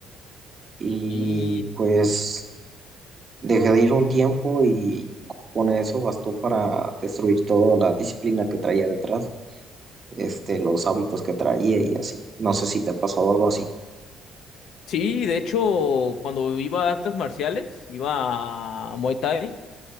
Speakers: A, on the right (about 30°); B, on the left (about 70°).
A: y
B: Y
A: pues dejé de ir un tiempo y con eso bastó para destruir toda la disciplina que traía detrás, este, los hábitos que traía y así. No sé si te ha pasado algo así.
B: sí, de hecho, cuando iba a artes marciales, iba a Muay Thai,